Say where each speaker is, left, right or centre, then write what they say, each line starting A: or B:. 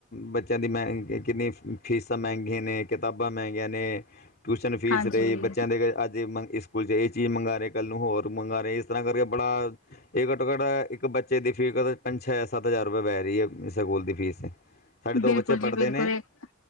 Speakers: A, on the left; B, on the left.
A: ਬੱਚਿਆਂ ਦੀ ਮ ਕਿੰਨੀ ਫੀਸਾਂ ਮਹਿੰਗੀਆਂ ਨੇ ਕਿਤਾਬਾਂ ਮਹਿੰਗੀਆਂ ਨੇ। ਟਿਊਸ਼ਨ ਫੀਸ
B: ਹਾਂਜੀ
A: ਰਹੇ ਬੱਚਿਆਂ ਦੇ ਅੱਜ ਮੰ ਸਕੂਲ 'ਚ ਇਹ ਚੀਜ਼ ਮੰਗਾ ਰਹੇ ਕੱਲ੍ਹ ਨੂੰ ਹੋਰ ਮੰਗਾਵਾ ਰਹੇ। ਇਸ ਤਰ੍ਹਾਂ ਕਰਕੇ ਬੜਾ ਇਹ ਘੱਟੋ-ਘੱਟ ਇੱਕ ਬੱਚੇ ਦੀ ਫੀਸ ਪੰਜ-ਛ-ਸੱਤ ਹਜ਼ਾਰ ਰੁਪਏ ਪੈ ਰਹੀ ਹੈ ਸਕੂਲ ਦੀ ਫੀਸ। ਸਾਡੇ ਦੋ
B: ਬਿਲਕੁਲ
A: ਬੱਚੇ
B: ਜੀ
A: ਪੜ੍ਹਦੇ
B: ਬਿਲਕੁਲ,
A: ਨੇ
B: ਇਹ